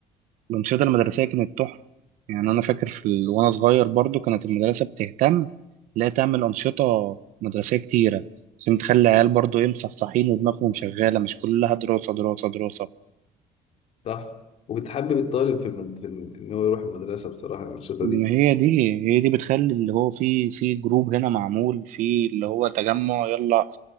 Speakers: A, on the right; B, on the left.
A: الأنشطة المدرسية كانت تحفة يعني أنا فاكر في ال... وأنا صغير برضو كانت المدرسة بتهتم لا تعمل أنشطة مدرسية كتيرة عشان تخلي العيال برضو إيه مصحصحين ودماغهم شغالة مش كلها دراسة دراسة دراسة
B: صح وبتحبب الطالب في, المد... في ال- ان هو يروح المدرسه بصراحه الانشطه
A: إن
B: دي
A: هي دي هي دي بتخلي اللي هو في في جروب هنا معمول في اللي هو تجمع يلا